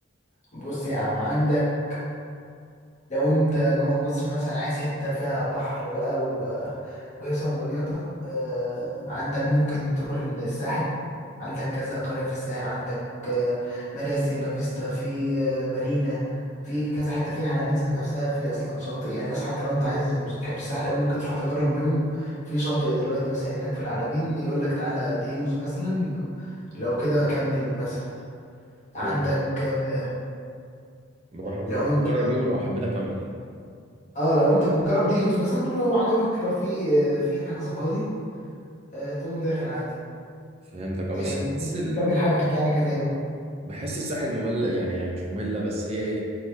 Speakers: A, on the left (about 35°); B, on the right (about 30°).
A: بص يا عم عندك لو انت جوه مصر مثلا عايز حتة فيها بحر بقى و... وهيصة ومليطة آه، عندك ممكن تروح الساحل عندك كذا قرية في الساحل عندك آه، مراسي لافيستا في آه، مارينا في كذا حتة في العلمين ذات نفسها في أصلا شواطئ يعني بس حتى لو أنت عايز مش تحب الساحل أوي ممكن تروح تجرب يوم في شاطئ دلوقتي مثلا هناك في العلمين يقولك تعالى دي يوز مثلا لو كده كمل مثلا
B: يوم
A: عندك آه،
B: بروح
A: لو
B: بروح
A: انت
B: اجرب يوم لو حبيت اكمل
A: اه لو انت بتجرب دي يوز مثلا لو عجبك لو في في حجز فاضي آه، تقوم داخل عادي
B: فهمتك اه
A: يعني
B: بس
A: بتكمل
B: بس
A: حجزك يعني كذا يوم
B: بحس الساحل مملة يعني مش مملة بس هي ايه